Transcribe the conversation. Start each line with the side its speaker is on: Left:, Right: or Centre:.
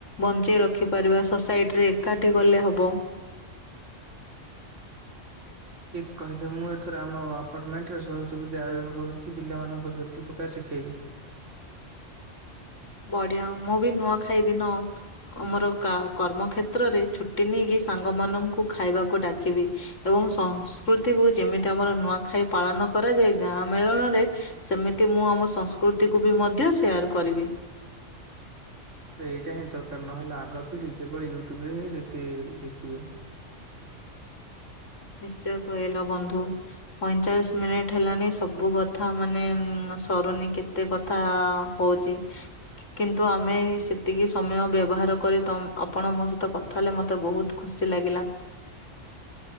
Left: ବଞ୍ଚେଇ ରଖି ପାରିବା ସୋସାଇଟି ରେ ଏକାଠି ଗଲେ ହବ
Right: ଠିକ କହିଲେ ମୁଁ ଏଥର ଆମ ଆପାର୍ଟମେଣ୍ଟ ରେ ସବୁ ଆୟୋଜନ କରୁଛି ପିଲାମାନଙ୍କୁ ଝୋଟି ପକା ଶିଖେଇବି
Left: ବଢିଆ ମୁଁ ବି ନୂଆ ଖାଇଦିନ ଆଉ ଆମର କର୍ମ କ୍ଷେତ୍ରରେ ଛୁଟି ନେଇକି ସାଙ୍ଗ ମାନଙ୍କୁ ଖାଇବାକୁ ଡାକିବି ଏବଂ ସଂସ୍କୃତିକୁୁ ଯେମିତି ଆମର ନୂଆଖାଇ ପାଳନ କରାଯାଏ ଗାଁ ମେଳଣରେ ସେମିତି ମୁଁ ଆମ ସଂସ୍କୃତି କୁ ବି ମଧ୍ୟ ସେୟାର କରିବି
Right: ତ ଏଇଟା ହିଁ ଦରକାର ନହେଲେ ଆଗ ପିଢି ଯେଭଳି ୟୁଟ୍ୟୁବ ରେ ହିଁ ଦେଖି ଦେଖିବେ
Left: ନିଶ୍ଚୟ କହିଲ ବନ୍ଧୁ ପଇଁଚାଳିଶ ମିନିଟ୍ ହେଲାଣି ସବୁ କଥା ମାନେ ସରୁନି କେତେ କଥା ହଉଛି କିନ୍ତୁ ଆମେ ସେତିକି ସମୟ ବ୍ୟବହାର କରି ଆପଣ ମୋ ସହିତ କଥା ତାଲେ ମତେ ବହୁତ ଖୁସି ଲାଗିଲା